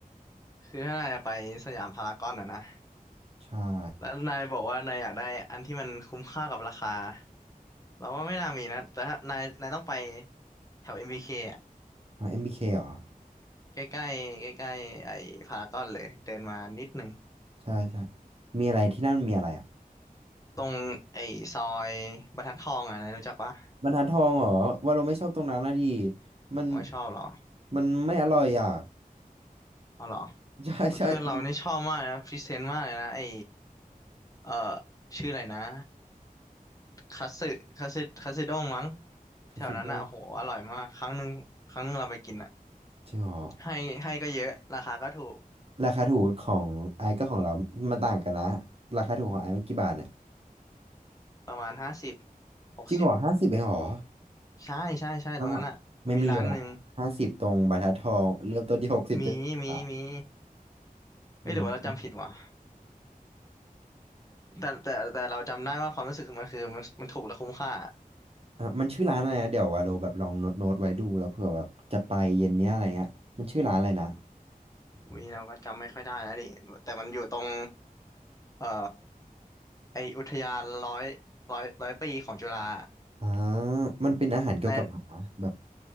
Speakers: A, on the left (about 20°); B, on the right (about 40°).
A: คือถ้านายจะไปสยามพารากอนอ่ะนะ
B: ใช่
A: แล้วนายบอกว่านายอยากได้อันที่มันคุ้มค่ากับราคาเราว่าไม่น่ามีนะแต่ถ้านายนายต้องไปแถว MBK อมบีเคอ่ะ
B: เอาเอ็มบีเคเหรอ
A: ใกล้ๆใกล้ๆไอ้พารากอนเลยเดินมานิดนึง
B: ใช่ใช่มีอะไรที่นั่นมีอะไรอ่ะ
A: ตรงไอ้ซอยบรรทัดทองอ่ะนะรู้จักปะ
B: บรรทัดทองเหรอว่าเราไม่ชอบตรงนั้นนะดิมัน
A: ไม่ชอบเหรอ
B: มันไม่อร่อยอ่ะ
A: เอาเหรอ
B: <laughs> ใช่ใช่มัน
A: เพื่อนเรานี่ชอบมากนะพรีเซนต์มากเลยนะไอ้เอ่อชื่ออะไรนะคัตสึคัตสึคัตสึด้งมั้ง
B: คาสิโง
A: แถวนั้นอ่ะโหอร่อยมากครั้งหนึ่งครั้งหนึ่งเราไปกินอ่ะ
B: จริงเหรอ
A: ให้ให้ก็เยอะราคาก็ถูก
B: ราคาถูกของไอ้กับของเรามันต่างกันนะราคาถูกของไอ้์มันกี่บาทเนี่ย
A: ประมาณห้าสิบหกสิบ
B: จริงเหรอห้าสิบเองเหรอ
A: ใช่ใช่ใช่ตรงนั้นอ่ะมีร้านหนึ่ง
B: ก็ไม่มีละห้าสิบตรงบรรทัดทองเริ่มต้นที่หกสิบเจ็ดสิบบาท
A: มีมีมีเอ้ยหรือว่าเราจำผิดวะ
B: อืม
A: แต่แต่แต่เราจำได้ว่าความรู้สึกมันคือมันมันถูกและคุ้มค่า
B: อ่ะมันชื่อร้านอะไรนะเดี๋ยววาโลแบบลองโน้ตโน้ตไว้ดูแล้วเผื่อแบบจะไปเย็นเนี้ยอะไรเงี้ยมันชื่อร้านอะไรนะ
A: วีเราก็จำไม่ค่อยได้แล้วดิแต่มันอยู่ตรงเอ่อไออุทยานร้อยร้อยร้อยปีของจุฬา
B: อ่ามันเป็นอาหารเกี่ยวกับอาหารนะแบบ
A: ใน